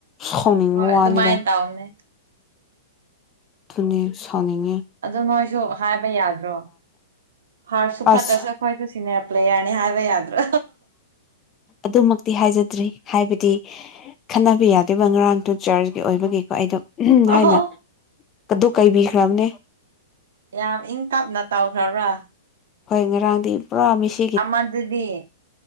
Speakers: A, on the left (about 25°); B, on the right (about 65°).
A: ꯁꯥꯎꯅꯤꯡꯕ
B: ꯍꯣꯏ
A: ꯋꯥꯅꯤꯗ
B: ꯑꯗꯨꯃꯥꯏꯅ ꯇꯧꯕꯅꯦ
A: ꯑꯗꯨꯪꯅꯤ ꯁꯥꯎꯅꯤꯡꯉꯤ
B: ꯑꯗꯨ ꯅꯣꯏꯁꯨ ꯍꯥꯏꯕ ꯌꯥꯗ꯭ꯔꯣ ꯐꯥꯔꯁꯨ
A: ꯑꯁ
B: ꯐꯠꯇ꯭ꯔꯁꯨ ꯑꯩꯈꯣꯏꯁꯨ ꯁꯤꯅꯤꯌꯔ ꯄ꯭ꯂꯦꯌꯔꯅꯤ ꯍꯥꯏꯕ ꯌꯥꯗ꯭ꯔꯣ
A: ꯑꯗꯨꯃꯛꯇꯤ ꯍꯥꯏꯖꯗ꯭ꯔꯤ ꯍꯥꯏꯕꯗꯤ ꯈꯟꯅꯕ ꯌꯥꯗꯦꯕ ꯉꯔꯥꯡꯗꯨꯣ ꯆꯔꯆꯀꯤ ꯑꯣꯏꯕꯒꯤꯀꯣ ꯑꯩꯗꯣ ꯎꯝ
B: ꯑꯧ
A: ꯍꯥꯏꯅ ꯑꯗꯨ ꯀꯥꯏꯕꯤꯈ꯭ꯔꯕꯅꯦ
B: ꯌꯥꯝ ꯏꯪ ꯇꯞꯅ ꯇꯥꯎꯈ꯭ꯔꯕ꯭ꯔꯥ
A: ꯍꯣꯏ ꯉꯔꯥꯡꯗꯤ ꯄꯨꯔꯥ ꯃꯤꯁ
B: ꯑꯃꯗꯨꯗꯤ